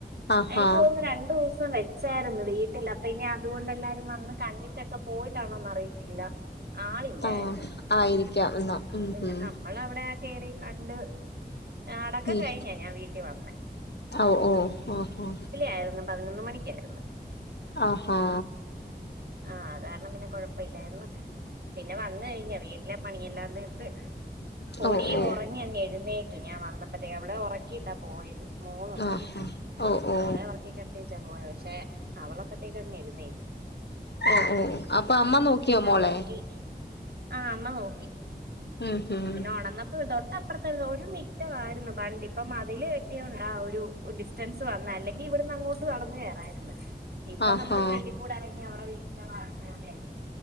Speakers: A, on the left (about 75°); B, on the right (about 65°).
A: ആഹാ
B: എനിക്ക് തോന്നുന്നു രണ്ടോസം വെച്ചായിരുന്നു വീട്ടിൽ അപ്പ ഇനി അതുകൊണ്ട് എല്ലാരും വന്ന് കണ്ടിട്ടൊക്കെ പോയിട്ടാണോന്ന് അറിയിത്തില്ല ആളില്ലായിരുന്നു
A: ആഹ് ആയിരിക്കാം എന്നാ
B: അത്
A: ഉം
B: പിന്നെ
A: ഉം
B: നമ്മൾ അവിടെ കേറി കണ്ട് അടക്കം
A: ഉം
B: കഴിഞ്ഞാ ഞാൻ വീട്ടി വന്നെ
A: ഓ ഓ ഓ ഹ
B: ആയിരുന്നു പതിനൊന്ന് മണിക്കായിരുന്ന്
A: ആഹാ
B: ആ അതാരണം പിന്നെ കുഴപ്പ പ്പഇല്ലായിരുന്നു പിന്നെ വന്ന കഴിഞ്ഞാ വീട്ടിലെ പണിയെല്ലാം തീർത്ത് പൊടി
A: ഓ ഓ
B: ഉറങ്ങി അങ് എഴുന്നേറ്റു ഞാൻ വന്നപ്പോഴത്തേക്ക് അവളെ ഒറക്കിയിട്ടാ പോയത് മോളുണ്ടല്ലോ
A: ആഹാ ഓ ഓ
B: മോളെ ഒറക്കിക്കെടാതിയേച്ച- പോയ പക്ഷെ അവളെപ്പത്തേക്കന്നായിന്നേ്റ്റ്
A: ഓ ഓ അപ്പൊ അമ്മ നോക്കിയോ മോളെ
B: ഒതുക്കി ആ അമ്മ നോക്കി
A: ഉം ഉം
B: പിന്നെ ഉണന്നപ്പോ തോട്ട് തൊട്ടപ്പുറത്ത ഒരു മിറ്റമായിരുന്നു പണ്ട് ഇപ്പം അതില് കെട്ടിയോണ്ട് ഒരു ഡിസ്റ്റൻസ് വന്ന അല്ലെങ്കിൽ- ഇവിടുന്ന് അങ്ങോട്ട് <unintelligible> നടന്ന കേയറായിരുന്നു ഇപ്പ
A: ആഹാ
B: നമ്മള് ഫ്രണ്ടിൽ കൂടെ ഇറങ്ങി അവരുടെ വീട്ടന്റെ വാതിക്കലുടെ ആയി